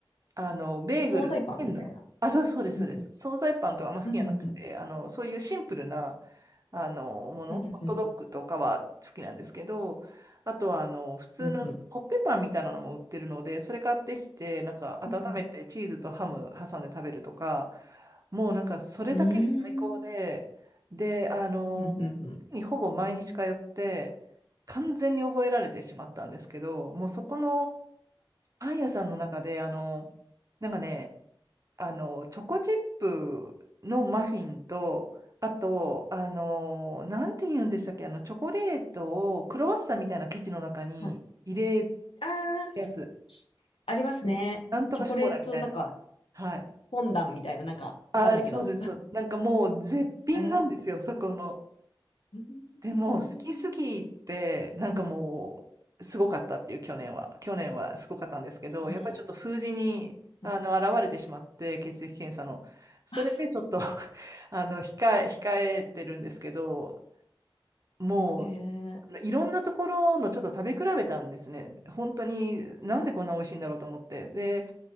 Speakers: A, on the right (about 40°); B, on the left (about 80°).
A: あの、ベーグル、
B: 惣菜パンみたいな。
A: ペンの、あ、そうそうです、
B: うんうん。
A: そうです。惣菜パンとかあんま好きじゃなくて、
B: うんうんうん。
A: あの、そういうシンプルな、あの、もの、
B: うんうん
A: ホットドッグとかは好きなんですけど、あとは、あの、普通のコッペパンみたいなのも売ってるので、
B: うんうん。
A: それ買ってきて、なんか温めてチーズとハム挟んで食べるとか、
B: うんうん。
A: もうなんかそれだけで最高で、
B: うーん
A: で、あの、
B: うんうん。うん。
A: 月にほぼ毎日通って、完全に覚えられてしまったんですけど、もうそこの、パン屋さんの中で、あの、なんかね、あの、チョコチップのマフィンと、あと、あの、なんて言うんでしたっけ、あの、チョコレートをクロワッサンみたいな生地の中に入れる
B: はい。ああ、
A: やつ、
B: ありますね。
A: なんとかショコラみたいな。
B: チョコレート、なんか、
A: はい。
B: フォンダンみたいな、なんか、
A: あ、
B: わかんないけど、
A: そうです。そうなんかもう絶品なんですよ、
B: ありますね。
A: そこの。
B: うん。
A: でも、好きすぎて、なんかもう、すごかったっていう、去年は。去年はすごかったんですけど、
B: ね
A: やっぱりちょっと数字に、
B: うん。
A: あの、現れてしまって、血液検査の。それでちょっと
B: あ、そうだ。
A: <laughs> あの、控え、控えてるんですけど、もう、
B: <laughs> へえ。
A: あのいろんなところのちょっと食べ比べたんですね。本当に、なんでこんな美味しいんだろうと思って。で、